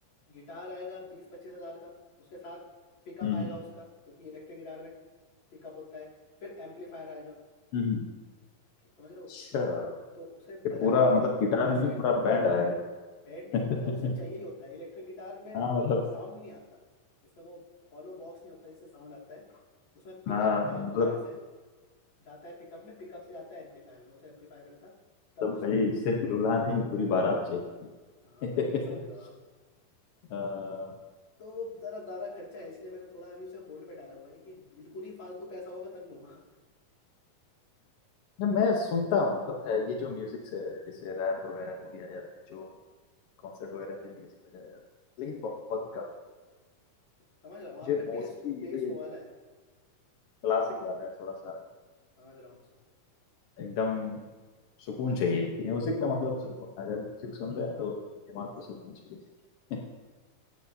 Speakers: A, on the left (about 40°); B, on the left (about 65°).
A: गिटार आएगा बीस पच्चीस हजार का उसके साथ पिकअप
B: हम्म
A: आएगा उसका क्योंकि इलेक्ट्रिक गिटार में पिकअप होता है फिर एम्पलीफायर आएगा
B: हम्म।
A: ठीक समझ रहे हो
B: अच्छा
A: तो उसे
B: ये
A: बजाने
B: पूरा
A: के लिए
B: मतलब
A: भी
B: गिटार
A: पूरा सेट
B: नहीं पूरा
A: चाहिए होता
B: बैंड
A: है
B: आएगा
A: बैंड नहीं
B: <laughs>
A: मतलब उसे चाहिए ही होता है इलेक्ट्रिक गिटार में
B: हाँ
A: वो
B: मतलब
A: नहीं साउंड नहीं आता उसमें वो हॉलो बॉक्स नहीं होता जिससे साउंड आता है उसमें पिकअप
B: हाँ
A: होता है
B: मतलब
A: वायर से जाता है पिकअप में पिकअप से जाता है एम्पलीफायर में उसे एम्पलीफाई करता है, तब
B: तो
A: बजता
B: भाई
A: है
B: सिर्फ दूल्हा नहीं पूरी बारात चाहिए
A: हाँ बस
B: <laughs>
A: ये समझ लो आप
B: अ,
A: तो वो ज़रा ज़्यादा खर्चा है इसलिए मैंने थोड़ा अभी उसे होल्ड पे डाला हुआ है कि बिल्कुल ही फालतू पैसा होगा तब लूंगा
B: जब मैं सुनता हूँ मतलब अ, ये जो
A: हम्म,
B: म्यूजिक से जैसे रैप वगैरह हो गया या फिर जो कॉन्सर्ट वगैरह में जो म्यूजिक बजाया जाता है
A: <laughs>
B: लेकिन
A: हम्म,
B: बहुत कम
A: समझ रहा हूँ आपका
B: मुझे मोस्टली
A: टेस्ट टेस्ट
B: यही
A: वो वाला है
B: क्लासिक वाला है थोड़ा सा
A: समझ रहा हूँ मैं समझ रहा
B: एकदम सुकून चाहिए म्यूजिक का
A: हूँ।
B: मतलब
A: हम्म,
B: सुकून अगर म्यूजिक सुन रहे हैं तो दिमाग को सुकून चाहिए <laughs>